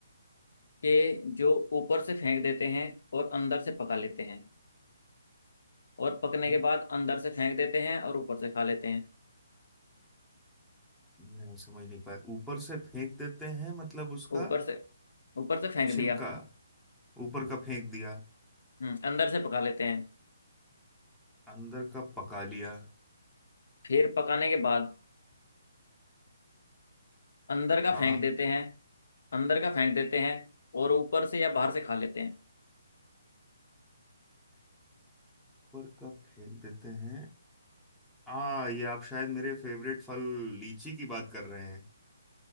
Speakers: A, on the left; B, in the centre.
A: कि जो ऊपर से फेंक देते हैं और अंदर से पका लेते हैं और पकने
B: हम्म,
A: के बाद अंदर से फेंक देते हैं और ऊपर से खा लेते हैं
B: मैं समझ नहीं पाया ऊपर से फेंक देते हैं मतलब उसका
A: ऊपर से ऊपर से फेंक
B: छिलका
A: दिया
B: ऊपर का फेंक दिया
A: हम्म अंदर से पका लेते हैं
B: अंदर का पका लिया
A: फिर पकाने के बाद अंदर का
B: हाँ
A: फेंक देते हैं अंदर का फेंक देते हैं और ऊपर से या बाहर से खा लेते हैं
B: ऊपर का फेंक देते हैं आ ये आप शायद मेरे फेवरेट फल लीची की बात कर रहे हैं